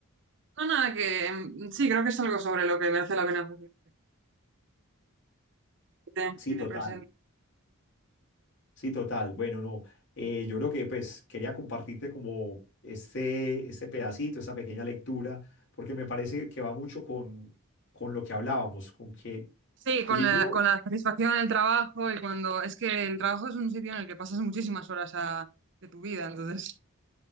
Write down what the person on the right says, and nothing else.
No, nada, que mm, sí, creo que es algo sobre lo que merece la pena reflexionar. tiene
tiene
presente.
Sí,
con
la,
con la satisfacción en el trabajo y cuando es que el trabajo es un sitio en el que pasas muchísimas horas a- de tu vida, entonces